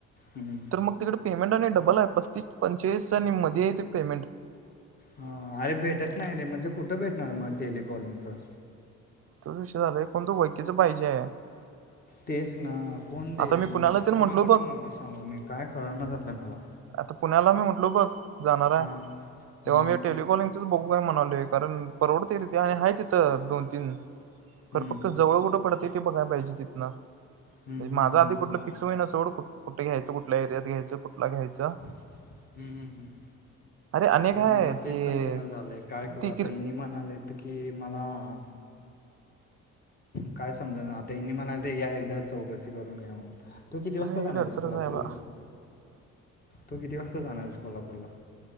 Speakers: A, on the left; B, on the right.
A: हम् हम <unintelligible>
B: तर मग तिकडे पेमेंट आणि डबल आहे. पस्तीस- पंचेचाळीस आणि मध्ये आहेत ते पेमेंट.
A: हा अरे भेटत नाही रे. म्हणजे कुठं भेटणार मग टेलिकॉलिंग चं?
B: तोच विषय झालंय. कोणतर वळकीच पाहिजे हाय.
A: तेच ना कोण देइल.
B: आता मी पुण्याला तर
A: कोणाकडनं
B: म्हटलो बघ
A: म सांगू मी काय कळणा झालंय मला.
B: आता पुण्याला मी म्हटलो बघ जाणार
A: हां
B: आहे. तेव्हा
A: हम्म,
B: मी टेलिकॉलिंग तेच बघू काय म्हणालोय. कारण परवडते तिथे, आणि आहे तिथं दोन तीन खर
A: हम्म,
B: फक्त जवळ कुठं पडतय ते बघाय पाहिजे तिथन. म्हणजे
A: हम्म, हम्म,
B: माझं आधी
A: हम्म,
B: कुठलं
A: हम्म, हम्म,
B: फिक्स होईना सोड. कुठ घ्यायच? कुठल्या एरियात घ्यायच? कुठला घ्यायंच?
A: हम्म हम्म हम्म.
B: अनेक
A: अरे मला
B: आहे
A: तेच
B: ते
A: समजाण झालंय, काय करू
B: ती
A: आता
B: किर
A: इणी म्हणाले होत की मला. काय समजा ना आता हनी मला या एकदा चौकशी करून घ्या म्हणून. तू किती वाजता
B: अरे
A: जाणार
B: लई लडतरच
A: आहेस कोल्हापूरला?
B: आहे बा
A: तू किती वाजता जाणार आहेस कोल्हापूरला?